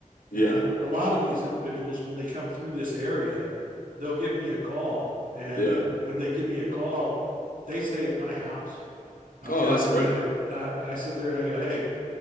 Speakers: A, on the right (about 85°); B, on the left (about 85°).
A: And
B: yeah,
A: a lot of these individuals when they come through this area, they'll give me a call and
B: yeah.
A: when they give me a call, they stay at my house. I've
B: Oh,
A: got,
B: that's great.
A: you know, I, I sit there and I go, "Hey,